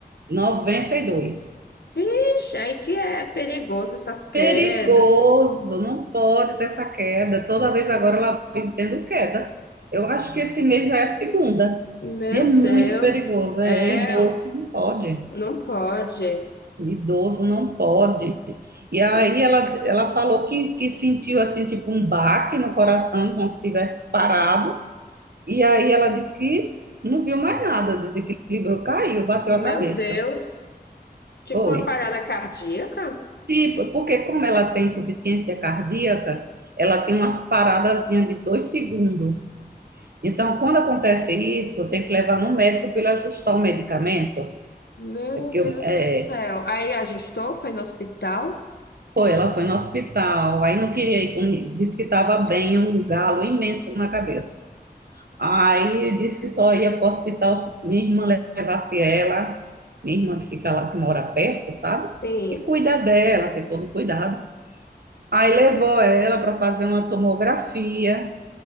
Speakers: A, on the right; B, on the left.
A: 92.
B: Vixe, aí que é perigoso essas quedas.
A: Perigoso, não pode ter essa queda. Toda vez agora ela vive tendo queda. Eu acho que esse mês já é a segunda.
B: Meu
A: E é muito
B: Deus,
A: perigoso. É,
B: é,
A: idoso não pode.
B: não pode.
A: Idoso não pode. E aí
B: E-
A: ela, ela falou que, que sentiu assim, tipo um baque no coração, como se tivesse parado. E aí ela disse que não viu mais nada, desequilibrou, caiu, bateu
B: meu
A: a cabeça.
B: Deus, tipo
A: Foi.
B: uma parada cardíaca?
A: sim porque como ela tem insuficiência cardíaca, ela tem umas paradazinhas de dois segundos. Então, quando acontece isso, tem que levar no médico para ele ajustar o medicamento.
B: Meu
A: É porque
B: Deus
A: é,
B: do céu. Aí ajustou, foi no hospital?
A: foi, ela foi no hospital, aí não queria ir, com- disse que estava bem, um galo imenso na cabeça. Aí disse que só ia para o hospital se minha irmã levasse ela, minha irmã que fica lá, que mora perto, sabe?
B: Sim.
A: Que cuida dela, tem todo cuidado. Aí levou ela para fazer uma tomografia.